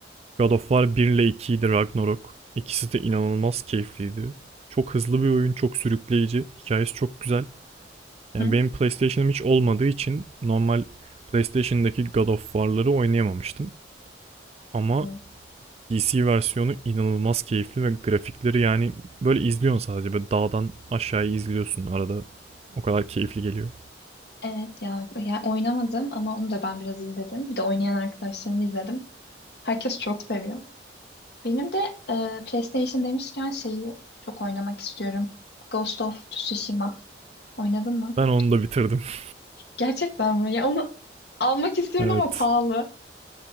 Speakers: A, on the right; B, on the left.
A: God of War 1 ile 2'ydi Ragnarok. İkisi de inanılmaz keyifliydi. Çok hızlı bir oyun, çok sürükleyici. Hikayesi çok güzel. Yani
B: Hı?
A: benim PlayStation'ım hiç olmadığı için normal PlayStation'daki God of War'ları oynayamamıştım. Ama
B: Hı.
A: PC versiyonu inanılmaz keyifli ve grafikleri yani böyle izliyorsun sadece. Böyle dağdan aşağıya izliyorsun arada. O kadar keyifli geliyor.
B: Evet ya, ya oynamadım ama onu da ben biraz izledim. Bir de oynayan arkadaşlarımı izledim. Herkes çok seviyor. Benim de e, PlayStation demişken şeyi çok oynamak istiyorum. Ghost of Tsushima. Oynadın mı?
A: Ben onu da bitirdim. <laughs>
B: Gerçekten mi? Ya onu almak istiyorum
A: Evet.
B: ama pahalı.